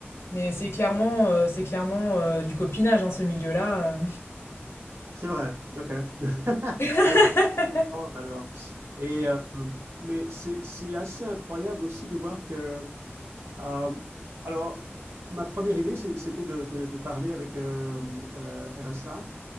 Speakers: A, on the left; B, on the right.
A: mais c'est clairement, euh, c'est clairement euh, du copinage, hein, ce milieu-là. euh.
B: C'est vrai, ok. <laughs>
A: <laughs>
B: Bon, je vais alors. Et, euh, mais c'est c'est assez incroyable aussi de voir que Euh, alors, ma première idée, c'est- c'était de, de, de, parler avec RSA